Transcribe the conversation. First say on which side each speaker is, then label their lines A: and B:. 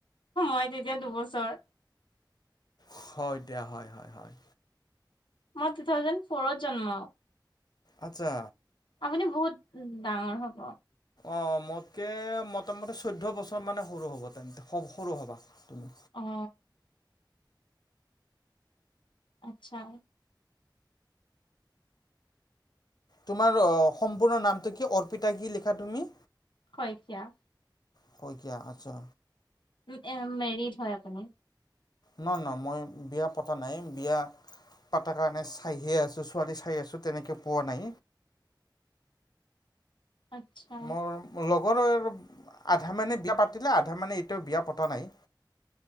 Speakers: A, on the left (about 85°); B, on the left (about 55°).
A: মই তেতিয়া দুবছৰ।
B: হয় দিয়া হয় হয় হয়।
A: মই টু থাউজেণ্ড ফ'ৰত জন্ম।
B: আত্ছা
A: আপুনি বহুত ডাঙৰ হব।
B: অঁ মোতকে মোটামুটি চৈধ্য বছৰ মানে সৰু হ'ব তেন্তে, অহ সৰু হবা। তুমি।
A: আহ আচ্ছা
B: তোমাৰ সম্পূৰ্ণ নামটো কি অৰ্পিতা কি লিখা তুমি?
A: শইকীয়া।
B: শইকীয়া আচ্ছা।
A: উ মেৰিড হয় আপুনি।
B: ন নহ মই বিয়া পতা নাই, বিয়া পাতা কাৰণে চাইহে আছো ছোৱালী চাই আছো তেনেকে পোৱা নাই।
A: আচ্ছা।
B: মোৰ লগ আগৰ আধা মানে বিয়া পাতিলে আধা মানে এতিয়াও বিয়া পতা নাই